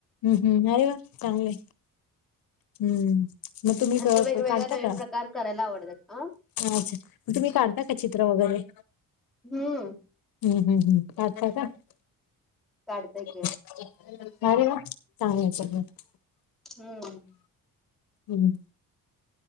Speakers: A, on the left; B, in the centre.
A: हम्म हम्म अरे वा चांगले. हम्म मग तुम्ही स
B: असं वेगवेगळ्या
A: काढता
B: नवीन
A: का
B: प्रकार करायला आवडतात अ
A: अच्छा तुम्ही काढता का चित्र वगैरे
B: हम्म
A: हम्म हम् हम् पाात
B: काढताय
A: <unintelligible>
B: की हम्म
A: हम्म